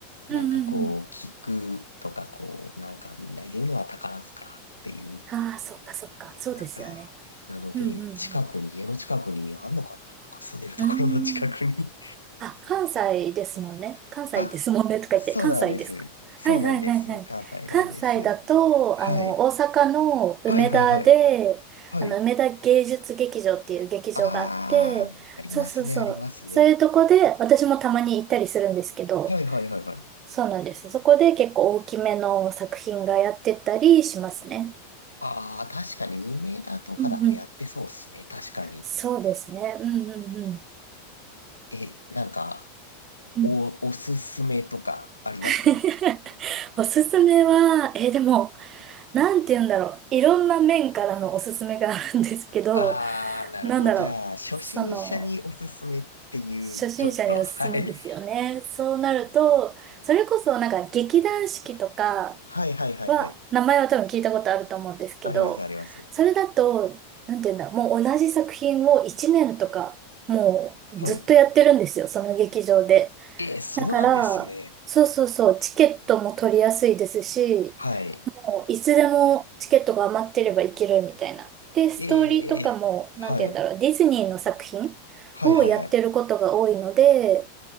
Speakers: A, on the left (about 80°); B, on the right (about 30°).
A: なんかこう、
B: うんうんうん。
A: 聞くとかこう、なんかみんな言うのは宝塚っていう、
B: ああ、そっかそっか。そうですよね。
A: なんか、なので、
B: うんうん
A: 近くに、家の近くにあんのかななんか住んでるところの近くに。
B: うん。うーん。あ、関西ですもんね。
A: <laughs>
B: 関西ですもんねとか言って、
A: あ、そうなんです。
B: 関西ですか。
A: そうなんです。
B: はいはいはいはい。
A: 関西なんです。
B: 関西だと、
A: はい。
B: あの、大阪の梅田で、
A: はいはいはい。はい。
B: あの、梅田芸術劇場っていう劇場があって、
A: あー、ありますね、
B: そうそうそう。
A: ありますね。
B: そういうとこで、私もたまに行ったりするんですけど、
A: はいはいはいはい。
B: そうなんです。そこで結構大きめの作品がやってたりしますね。
A: あー、確かに無名だとかだとやってそうっすね。
B: うんうん。
A: 確かに。
B: そうですね。うんうんうん。
A: え、なんか、
B: うん
A: お、おすすめとかあります
B: <laughs> おすすめは、えーでも、なんて言うんだろう。いろんな面からのおすすめがあるんですけど、
A: あー、なるほど。
B: なんだろう。
A: じゃあ、初心者におすすめっていう、
B: その、初心者におすすめですよね。
A: ちょっと、<laughs> はい。
B: そうなると、それこそなんか劇団四季とか
A: はいはいはいはい。
B: は、名前は多分聞いたことあると思うんですけど、
A: ありますあります。
B: それだと、なんて言うんだろう。もう同じ作品を1年とか、もうずっとやってるんですよ。
A: はい。
B: その劇場で。
A: えー、そうなんですね。
B: だから、そうそうそう、チケットも取りやすいですし、
A: はい。
B: もういつでもチケットが余ってれば行けるみたいな。で、ストーリーとかも、
A: えー、
B: なんて言うんだろう、
A: はい。
B: ディズニーの作品をやってることが多いので、
A: はいはいはい。